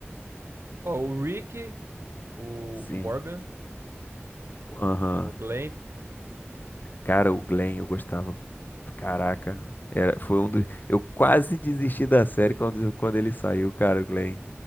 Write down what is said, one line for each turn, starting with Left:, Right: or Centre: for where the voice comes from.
Right: Ó, o Rick, o,
Left: Sim.
Right: o Morgan,
Left: Aham.
Right: o Glenn,
Left: Cara, o Glenn eu gostava. Caraca. Era, foi um dos. Eu quase desisti da série quando, quando ele saiu, cara, o Glenn.